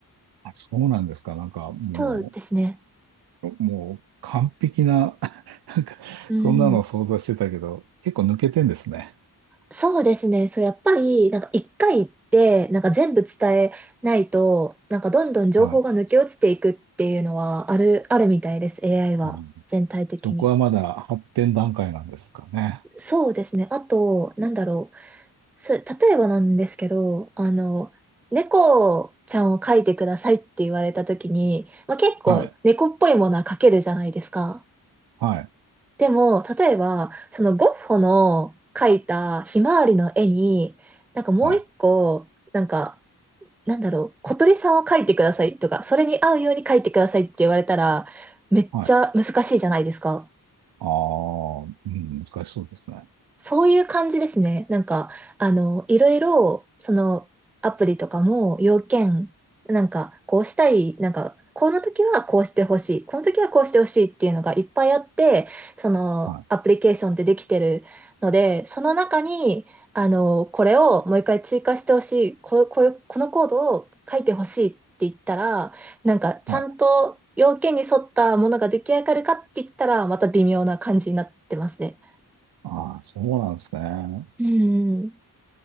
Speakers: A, on the right; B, in the centre.
A: あ、そうなんですか。なんか、も
B: そうですね。
A: う、もう、完璧な、<laughs> なんか、
B: うん。
A: そんなのを想像してたけど、結構抜けてんですね。
B: そうですね。そう、やっぱり、なんか一回行って、なんか全部伝えないと、なんかどんどん情報が抜け落ちていくっていうのはある、
A: はい。
B: あるみたいです。AI は全体的に。
A: あーそこはまだ発展段階なんですかね。
B: そうですね。あと、なんだろう。そ例えばなんですけど、あの、猫ちゃんを描いてくださいって言われた時に、まあ、結構猫っぽいものは描けるじゃないですか。
A: はい、はい、
B: でも、例えば、そのゴッホの描いたひまわりの絵に、なんかもう一個、
A: はい、
B: なんか、なんだろう、小鳥さんを描いてくださいとか、それに合うように描いてくださいって言われたら、めっちゃ難しいじゃないですか。
A: はい。ああ、うん、難しそうですね。
B: そういう感じですね。なんか、あの、いろいろ、その、アプリとかも、要件、なんか、こうしたい、なんか、この時はこうしてほしい、この時はこうしてほしいっていうのがいっぱいあって、その、
A: は
B: アプリケーションってできてるので、その中に、あの、これをもう一回追加してほしい、こ、こういう、このコードを書いてほしいって言ったら、なんか、ちゃんと要件に沿ったものが出来上がるかって言ったら、
A: い、はい。
B: また微妙な感じになってますね。
A: ああ、そうなんですね。
B: うん。